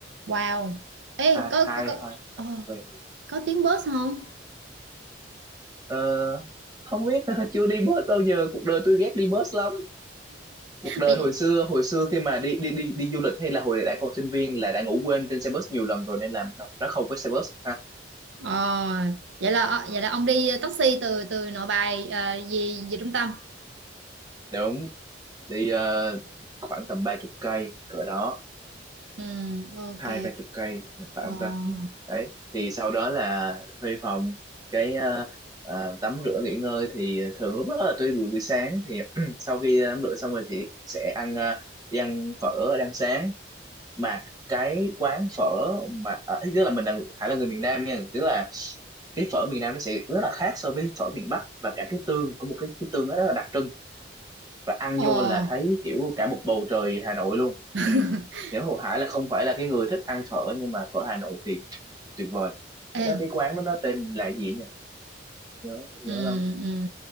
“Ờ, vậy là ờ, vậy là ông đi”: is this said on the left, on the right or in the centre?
Right